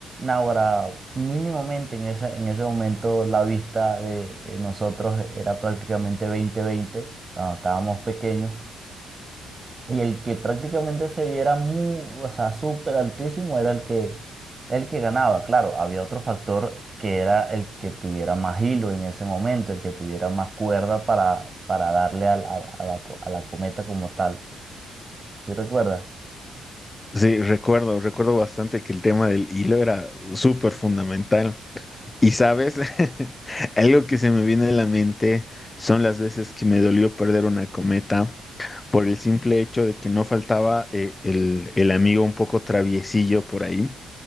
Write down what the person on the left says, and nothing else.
Sí, recuerdo, recuerdo bastante que el tema del hilo era súper fundamental. Y sabes, <laughs> algo que se me viene a la mente son las veces que me dolió perder una cometa por el simple hecho de que no faltaba eh, el, el amigo un poco traviesillo por ahí,